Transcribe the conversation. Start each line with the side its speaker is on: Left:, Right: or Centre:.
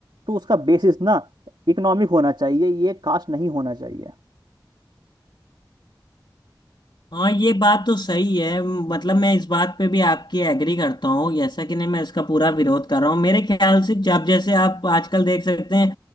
Right: तो उसका बेसिस ना इकोनॉमिक होना चाहिए ये कास्ट नहीं होना चाहिए
Left: हाँ ये बात तो सही है मतलब
Right: हम्म
Left: मैं इस बात पे भी आपकी एग्री करता हूँ जैसा कि नहीं मैं इसका पूरा विरोध कर रहा हूँ मेरे ख्याल से जब जैसे आप आजकल देख सकते हैं